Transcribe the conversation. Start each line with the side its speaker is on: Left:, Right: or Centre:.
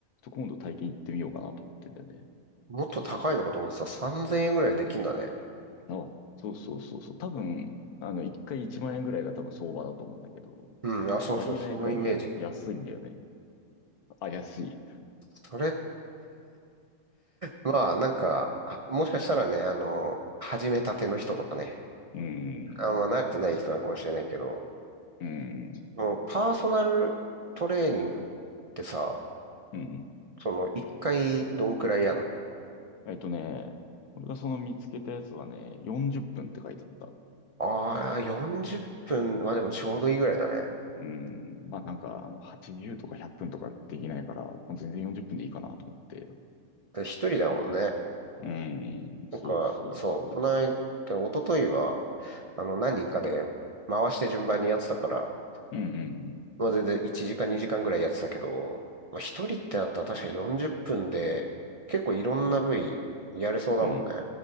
Left: ょっと今度体験行ってみようかなと思ってんだよね。
Right: もっと高いのかと思ってた。3000円ぐらいできんだね。
Left: あ、そうそうそうそう。多分、あの、一回1万円ぐらいが多分相場だと思うんだけど、
Right: うん、あ、そうそう、
Left: ありえないぐらいや、
Right: そのイメージ。
Left: 安いんだよね。あ、安い。
Right: それ、まあ、なんか、あもしかしたらね、あの始めたての人とかね、
Left: うーん、
Right: あんま慣れてない人なのかもしれないけど、
Left: うーん、
Right: そのパーソナルトレーニングってさ、
Left: うん。
Right: その、1回どんくらいやんの
Left: えっとね、俺がその見つけたやつはね、40分っぷんって書いてあった。
Right: ああ、40分、まあでもちょうどいいぐらいだね。
Left: うーん、まあなんか、あの、80とか100分とかできないから、もう全然40分でいいかなと思って。う
Right: で一人だもんね。
Left: ーん、
Right: なんか、
Left: そうそうそ
Right: そう、この間、一昨日は、あの、何人かで回して順番にやってたから、
Left: う。うん、
Right: まあ全然1時間2時間ぐらいやってたけど、まあ一人ってなったら確かに40分で、結構いろんな部位やれそうだもんね。
Left: うん、うん。